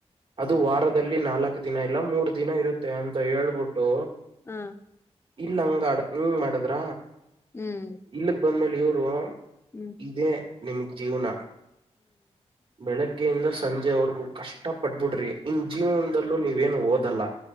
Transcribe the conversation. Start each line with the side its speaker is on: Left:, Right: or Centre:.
Right: ಅದು ವಾರದ ದಲ್ಲಿ ನಾಲ್ಕ ದಿನ ಇಲ್ಲ ಮೂರ್ ದಿನ ಇರುತ್ತೆ ಅಂತ ಹೇಳ್ಬಿಟ್ಟು.
Left: ಹ್ಮ್
Right: ಇಲ್ಲ ಹಂಗಡ ಹಂಗ್ ಮಾಡದ್ರ
Left: ಹ್ಮ್
Right: ಇಲ್ಲಗ್ ಬಂದ್ಮೇಲೆ ಇವರು
Left: ಹ್ಮ್
Right: ಇದೇ ನಿಮಗ್ ಜೀವನ ಬೆಳಗ್ಗೆಯಿಂದ ಸಂಜೆ ವರ್ಗು ಕಷ್ಟ ಪಟ್ಬಿಡ್ರಿ ಇನ್ ಜೀವನದಲ್ಲೂ ನೀವೇನು ಓದಲ್ಲ